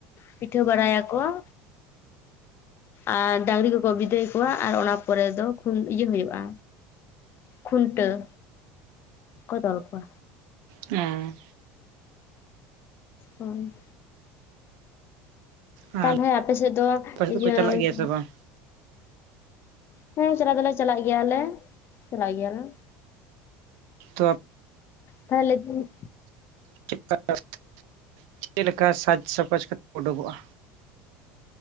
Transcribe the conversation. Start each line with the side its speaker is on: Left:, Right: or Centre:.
Left: ᱯᱤᱴᱷᱟᱹ ᱵᱟᱲᱟᱭᱟ ᱠᱚᱸ᱾ ᱟᱸ ᱰᱟᱝᱨᱤ ᱠᱚᱠᱚ ᱵᱤᱫᱟᱹᱭ ᱠᱚᱣᱟ ᱟᱨ ᱚᱱᱟ ᱯᱚᱨᱮ ᱫᱚ ᱠᱷᱩᱱ ᱤᱭᱟᱹ ᱦᱳᱭᱳᱜᱼᱟ᱾ ᱠᱷᱩᱱᱴᱟᱹᱣ ᱠᱚ ᱛᱚᱞ ᱠᱚᱣᱟ᱾
Right: ᱮᱸ᱾
Left: ᱩᱸ᱾
Right: ᱟᱨ
Left: ᱛᱟᱞᱦᱮ ᱟᱯᱮ ᱥᱮᱜ ᱫᱚ
Right: ᱟᱯᱮ ᱥᱮᱫ
Left: ᱤᱭᱟᱹ
Right: ᱫᱚᱠᱚ ᱪᱟᱞᱟᱜ
Left: <inaudible>
Right: ᱜᱮᱭᱟ ᱥᱮ ᱵᱟᱝ
Left: ᱦᱮᱸ, ᱪᱟᱞᱟᱜ ᱫᱚᱞᱮ ᱪᱟᱞᱟᱜ ᱜᱮᱭᱟ ᱞᱮ, ᱪᱟᱞᱟᱜ ᱜᱮᱭᱟ ᱞᱮ᱾
Right: ᱛᱚᱯ
Left: ᱛᱷᱟᱞᱮ ᱯᱨᱩᱯ
Right: <inaudible> ᱪᱮᱜ ᱞᱮᱠᱟ ᱥᱟᱡᱽ-ᱥᱟᱯᱟᱡᱽ <inaudible> ᱚᱰᱳᱜᱚᱜᱼᱟ?